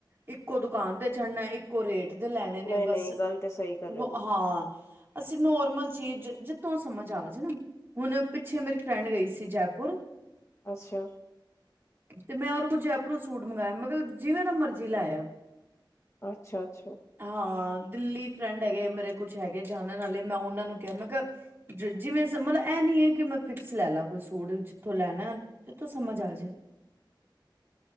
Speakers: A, on the right; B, on the left.
A: ਇੱਕੋ ਦੁਕਾਨ ਤੇ ਚੜਨਾ ਇੱਕ ਕੋ ਰੇਟ ਦੇ ਲੈਣੇ ਨੇ
B: ਨਹੀਂ
A: ਬੱਸ,
B: ਨਹੀਂ ਗੱਲ ਤੇ ਸਹੀ ਕਰ ਰਹੇ
A: ਓ
B: ਹੋ ਤੁਸੀਂ
A: ਹਾਂ। ਅਸੀਂ ਨੋਰਮਲ ਚੀਜ਼ ਜਿ ਜਿਥੋ ਸਮਝ ਆ। ਹੁਣ ਪਿੱਛੇ ਮੇਰੀ ਫਰੈਂਡ ਗਈ ਸੀ ਜੈਪੁਰ
B: ਅੱਛਿਆ।
A: ਤੇ ਮੈਂ ਓਹਨੂੰ ਕੁੱਝ ਜੈਪੁਰੋ ਸੂਟ ਮੰਗਾਇਆ ਮਗਰ ਜਿਵੇਂ ਦਾ ਮਰਜ਼ੀ ਲਾਇਆ।
B: ਅੱਛਾ-ਅੱਛਾ।
A: ਹਾਂ ਦਿੱਲੀ ਫਰੈਂਡ ਹੈਗੇ ਮੇਰੇ ਕੁਛ ਹੈਗੇ ਜਾਣਨ ਆਲੇ ਮੈਂ ਉਹਨਾਂ ਨੂੰ ਕਿਹਾ ਮੈਂ ਕਿਹਾ ਜ- ਜਿਵੇਂ ਸਮਲ ਇਹ ਨੀ ਹੈ ਕਿ ਮੈਂ ਫਿਕਸ ਲੈ ਲਾ ਕੋਈ ਸੂਟ ਜਿੱਥੋਂ ਲੈਣਾ, ਜਿਥੋਂ ਸਮਝ ਆ ਜੇ।
B: <inaudible>